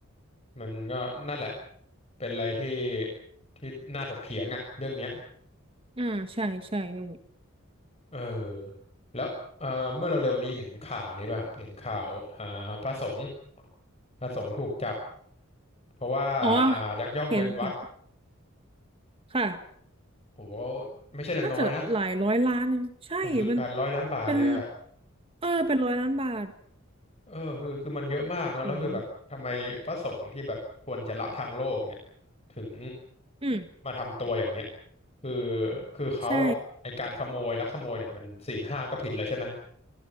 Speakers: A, on the left (about 30°); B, on the right (about 25°).
A: มันก็นั่นแหละเป็นอะไรที่ที่น่าถกเถียงอ่ะเรื่องเนี้ย
B: อ่าใช่ใช่นี่นแหละ
A: เออแล้วเออเมื่อเร็วๆนี้เห็นข่าวนี้ป่ะครับเห็นข่าวอ่าพระสงฆ์พระสงฆ์ถูกจับเพราะว่าอ่ายักยอกเงินวัด
B: อ๋อเห็นเห็นค่ะ
A: โหไม่ใช่น้อยๆนะ
B: น่าจะหลายร้อยล้านเองใช่
A: แปดแปดร้อยล้านบาทเลยอ่ะ
B: มันเป็นเออเป็นร้อยล้านบาท
A: เออคือคือมันเยอะมากเนาะแล้วคือแบบทำไมพระสงฆ์ที่แบบควรจะละทางโลกเนี่ย
B: โห
A: ถึง
B: อืม
A: มาทำตัวอย่างเงี้ยคือคือเขาอะไอการขโมยลักขโมยเนี่ยมันศีลห้าก็ผิดแล้วใช่ไหม
B: ใช่